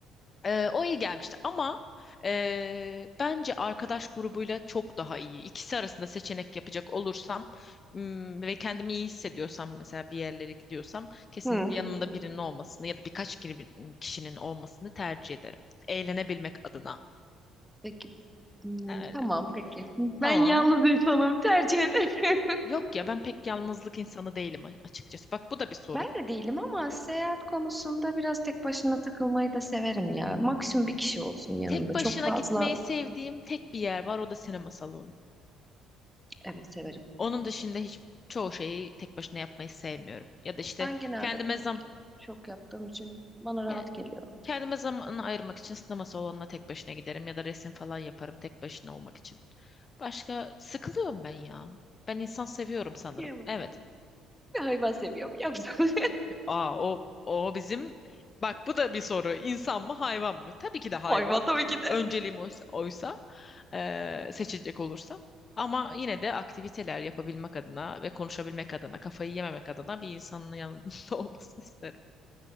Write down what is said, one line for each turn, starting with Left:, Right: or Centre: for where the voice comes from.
Left: Ee, o iyi gelmişti ama e, bence arkadaş grubuyla çok daha iyi. İkisi arasında seçenek yapacak olursam m, ve kendimi iyi hissediyorsam mesela bir yerlere gidiyorsam kesinlikle
Centre: Hı.
Left: yanımda birinin olmasını ya da birkaç kiri- kişinin olmasını tercih ederim. Eğlenebilmek adına.
Centre: Peki. Hmm,
Left: Öyle.
Centre: tamam peki. Ben
Left: Tamam.
Centre: yalnız insanım tercih ederim. <laughs>
Left: Yok ya ben pek yalnızlık insanı değilim a- açıkçası. Bak bu da bir soru.
Centre: Ben de değilim ama seyahat konusunda biraz tek başına takılmayı da severim ya. Maksimum bir kişi olsun yanımda.
Left: Tek başına
Centre: Çok fazla
Left: gitmeyi sevdiğim tek bir yer var o da sinema salonu.
Centre: evet severim.
Left: Onun dışında hiç çoğu şeyi tek başına yapmayı sevmiyorum. Ya da işte
Centre: Ben genelde
Left: kendime
Centre: tek
Left: zam
Centre: çok yaptığım için bana rahat
Left: yani
Centre: geliyor.
Left: kendime zamanını ayırmak için sinema salonuna tek başına giderim ya da resim falan yaparım tek başına olmak için. Başka sıkılıyorum ben ya. Ben insan seviyorum sanırım.
Centre: Yiyemem.
Left: Evet.
Centre: Bir hayvan seviyorum. Yaptım.
Left: Aa o o bizim bak bu da bir soru. İnsan mı hayvan mı? Tabii
Centre: <laughs>
Left: ki de hayvan.
Centre: Hayvan tabii ki de.
Left: Önceliğim oysa, oysa eee, seçecek olursam. Ama yine de aktiviteler yapabilmek adına ve konuşabilmek adına, kafayı yememek adına bir insanın yanında <laughs> olmasını isterim.